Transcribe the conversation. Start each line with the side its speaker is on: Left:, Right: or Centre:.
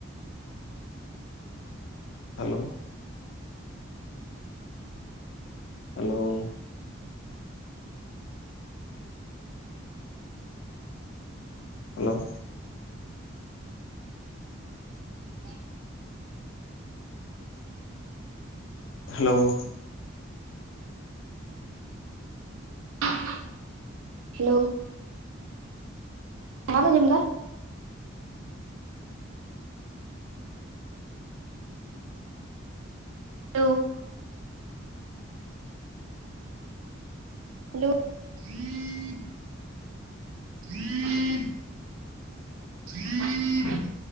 Left: Hello hello hello.
Right: ᱰᱷᱮᱼᱡ ᱾
Left: ᱦᱟᱞᱳᱣ ᱾
Right: <unintelligible> ᱦᱟᱞᱳᱣ ᱾ ᱵᱟᱢ ᱟᱸᱡᱚᱢ ᱮᱫᱟ? ᱦᱮᱞᱳᱣ ᱾ ᱦᱮᱞᱳᱜ <unintelligible> <unintelligible>